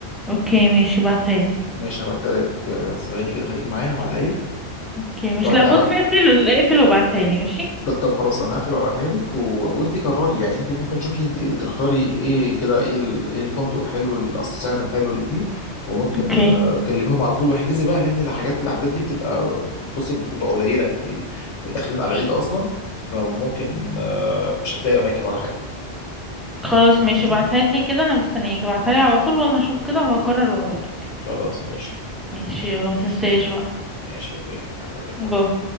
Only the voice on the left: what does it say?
ماشي هبعتها لك آه، ثواني كده خليك معايا هبعتها
لك
ط- طب خلاص انا هقفل وابعتها لك و... وانت قرري يعني انت ممكن تشوفي تختاري ايه كده ايه ال... ايه الفندق الحلو ال- السعر الحلو اللي فيه وممكن
آه، كلميهم على طول واحجزي بقى لان الحاجات الاعداد دي بتبقى بصي بتبقى قليله انت داخلين على العيد اصلا فممكن آه، مش هتلاقي اماكن ولا حاجه
ماشي
خلاص ماشي
يعني
ماشي
ماشي اوكي يلا باي باي